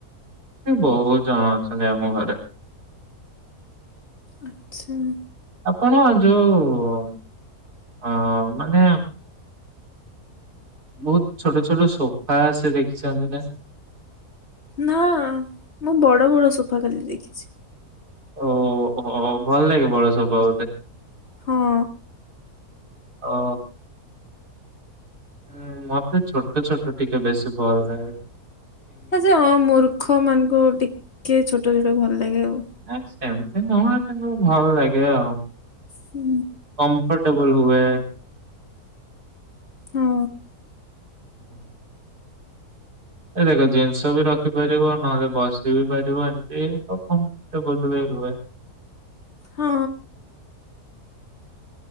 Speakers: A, on the right; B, on the left.
A: ହୁଁ ବହୁତ ଜଣ ଅଛନ୍ତି ଆମ ଘରେ।
B: ଆଚ୍ଛା।
A: ଆପଣ ଯୋଉ ଅଁ ମାନେ ବହୁତ ଛୋଟ ଛୋଟ ସୋଫା ଆସେ ଦେଖିଛନ୍ତି ନା?
B: ନା ମୁଁ ବଡ଼ ବଡ଼ ସୋଫା ଖାଲି ଦେଖିଛି।
A: ଓହୋ ଭଲ ଲାଗେ ବଡ ସୋଫା ବୋଧେ।
B: ହଁ।
A: ଅହ। ହୁଁ ମତେ ଛୋଟ ଛୋଟ ଟିକେ ବେଶୀ ଭଲଲାଗେ।
B: ଆଚ୍ଛା ମୂର୍ଖ ମାନକୁ ଟିକେ ଛୋଟ ଛୋ ଭଲ ଲାଗେ ଆଉ।
A: ନାଇ ସେମତି ନୁହ କିନ୍ତୁ ଭଲ ଲାଗେ ଆଉ।
B: ହୁଁ
A: କମ୍ଫର୍ଟେବ ଫୁଲ ହୁଏ।
B: ହଁ।
A: ହୁଁ। ଆରେ ଦେଖ ଜିନିଷ ବି ରଖିପାରିବ ନହେଲେ ବସି ବି ପାରିବ ଏମିତି ହ କମ୍ପଟେବଲ ବି ରୁହେ।
B: ହଁ।